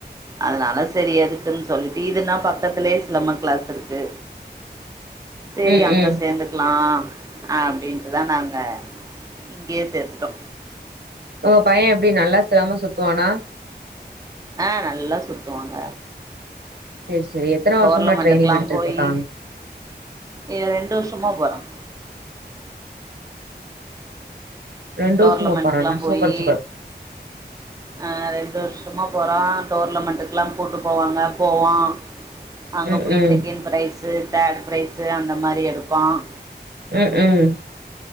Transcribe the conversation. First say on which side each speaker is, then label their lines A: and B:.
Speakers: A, on the right; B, on the right.
A: அதுனால செரி எதுக்குன் சொல்லிட்டு இதுனா பக்கத்திலே சிலம்ப கிளாஸ் இருக்கு சேரி
B: ம்
A: அங்க
B: ம்
A: சேந்துக்லா அப்டின்ட்டுதா நாங்க இங்யே சேத்துட்டோ
B: உங்க பையன் எப்டி நல்லா சிலம்போ சுத்துவானா
A: ஆ நல்லா சுத்துவாங்க
B: சேரி சேரி
A: ம்
B: எத்தன
A: டோர்லமெண்ட்டுக்ளா
B: வருஷமா ட்ரைனிங் எடுத்துட்டு
A: போயி
B: இருக்காங்க
A: இவே ரெண்டு வர்ஷமா போறான்
B: ரெண்டு
A: டோர்லமெண்ட்டுக்ளா
B: வருஷமா போறானா
A: போயி
B: சூப்பர் சூப்பர்
A: அ ரெண்டு வர்ஷமா போறான் டோர்லமெண்ட்டுக்ளா கூட்டு போவாங்க போவான் அங்க
B: ம்
A: போய்
B: ம்
A: செக்கெண் ப்ரைஸு தேர்ட் ப்ரைஸு அந்த மாரி எடுப்பான்
B: ம் ம்